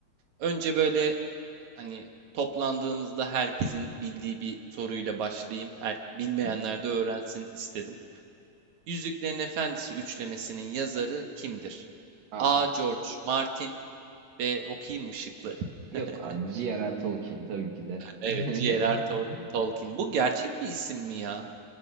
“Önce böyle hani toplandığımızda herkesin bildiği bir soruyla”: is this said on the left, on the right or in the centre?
Right